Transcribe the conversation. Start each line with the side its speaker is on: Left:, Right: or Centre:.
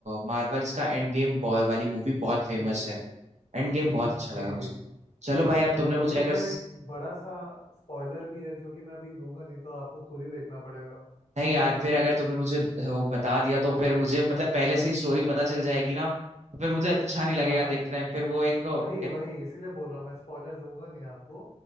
Right: मार्वल्स का एंड गेम वाली मूवी बहुत फेमस
Left: जी जी
Right: है
Left: जी जी
Right: एंड गेम बहुत अच्छा लगा
Left: जी
Right: मुझे
Left: जी जी
Right: चलो भाई अब तुमने
Left: और उसमें
Right: मुझे अगर
Left: तो एक बड़ा सा स्पॉइलर भी है जो कि मैं अभी दूंगा नहीं तो आपको खुद ही देखना पड़ेगा
Right: नहीं यार फिर अगर तुमने मुझे वो बता दिया तो फिर मुझे मतलब पहले से ही स्टोरी पता चल जाएगी ना तो फिर मुझे अच्छा नहीं
Left: हाँ
Right: लगेगा
Left: हाँ
Right: देखते टाइम फिर वो एक कह-
Left: वही वही इसीलिए बोल रहा हूँ मैं स्पॉइलर्स दूंगा नहीं आपको